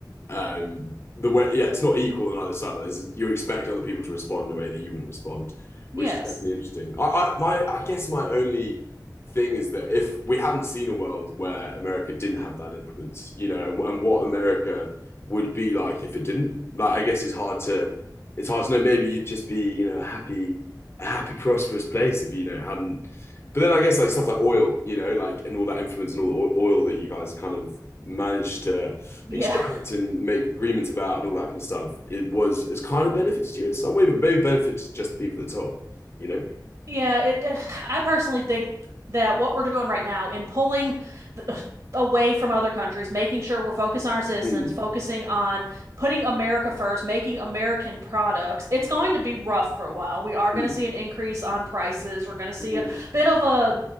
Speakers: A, on the left; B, on the right.
A: Um, the way, yeah, it's not equal on either side. Like there's, you expect other people to respond in a way that you wouldn't respond,
B: Yes.
A: which is definitely interesting. I, I, my, I guess my only thing is that if we haven't seen a world where America didn't have that influence, you know, and, and what America would be like if it didn't. Like, I guess it's hard to, it's hard to know. Maybe you'd just be, you know, a happy, a happy, prosperous place if you, you know hadn't. But then I guess like stuff like oil, you know, like and all that influence and all the oil that you guys kind of managed to
B: Yeah.
A: extract and make agreements about and all that kind of stuff, it was it's kind of benefited you in some way, but maybe benefited just the people at the top, you know?
B: Yeah, it. eh, <sighs> I personally think that what we're doing right now in pulling the, uh, away from other countries, making sure we're focused on our citizens,
A: Mm,
B: focusing on putting America first, making American products, it's going to be rough for a while. We are
A: mm,
B: going to see an increase on prices. We're going to see
A: mhm.
B: a bit of a